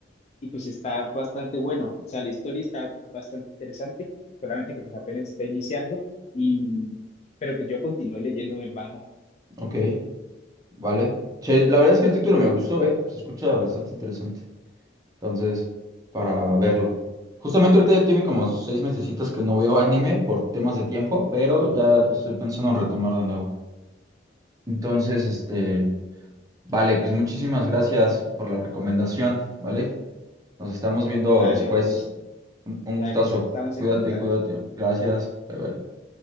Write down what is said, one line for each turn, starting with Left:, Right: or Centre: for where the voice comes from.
Left: y pues está bastante bueno. O sea, la historia está bastante interesante, solamente que pues apenas está iniciando y pero pues yo continué leyendo el banjo.
Right: ok, vale. Che, la verdad es que el título me gustó, ¿eh? Se escucha bastante interesante. Entonces, para verlo. Justamente ahorita ya tiene como seis mesecitos que no veo anime por temas de tiempo, pero ya estoy pensando en retomar de nuevo. Entonces, este, vale, pues muchísimas gracias por la recomendación, ¿vale? Nos estamos viendo
Left: Dale,
Right: después.
Left: Andrés,
Right: Un un
Left: dale,
Right: gustazo.
Left: estamos
Right: Cuídate,
Left: en contacto.
Right: cuídate. Gracias. Bye bye.